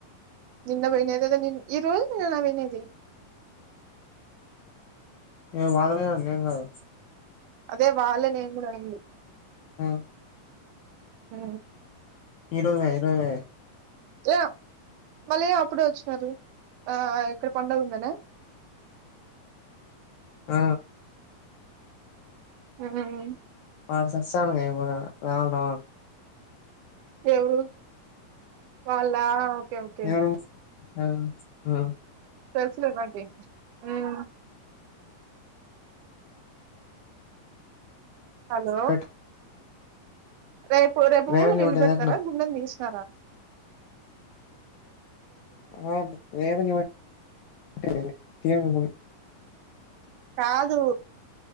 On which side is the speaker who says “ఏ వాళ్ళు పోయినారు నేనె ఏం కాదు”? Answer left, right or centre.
Left